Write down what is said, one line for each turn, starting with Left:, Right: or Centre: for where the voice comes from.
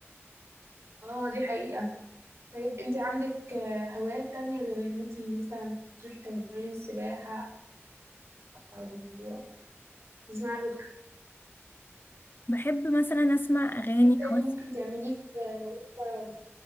Right: اه دي حقيقة طيب انت عندك آه، هوايات تانية غير ان انت مثلا تروحي تمارين السباحة او تسمعي بودكاست
Left: بحب مثلا اسمع اغاني
Right: ايه تاني
Left: او
Right: ممكن تعمليه في آه، وقت فراغك